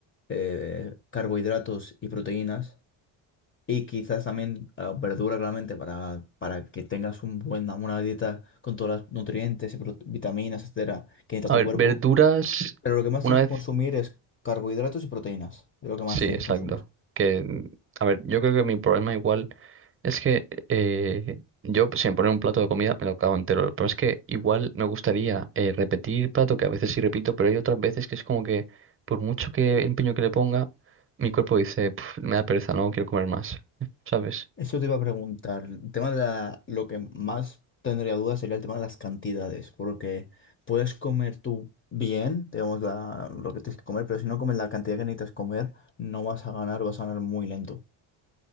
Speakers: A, on the left; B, on the right.
A: eh, carbohidratos y proteínas Y quizás también verduras verdura, claramente, para, para que tengas un buena, una dieta con todas los nutrientes y pro- vitaminas, etcétera, que necesita
B: A
A: tu
B: ver,
A: cuerpo.
B: verduras,
A: Pero lo que más
B: una
A: tienes
B: vez
A: que consumir es carbohidratos y proteínas. Es lo que más
B: Sí,
A: tienes
B: exacto.
A: que consumir.
B: Que, a ver, yo creo que mi problema igual es que eh, yo, pues, si me ponen un plato de comida, me lo acabo entero. Pero es que igual me gustaría eh, repetir plato, que a veces sí repito, pero hay otras veces que es como que, por mucho que empeño que le ponga, mi cuerpo dice, "Puf, me da pereza, no quiero comer más. <laughs> ¿Sabes?
A: Eso te iba a preguntar. El tema de la, lo que más tendría dudas sería el tema de las cantidades, porque puedes comer tú bien, digamos, la- lo que tienes que comer, pero si no comes la cantidad que necesitas comer, no vas a ganar, vas a ganar muy lento.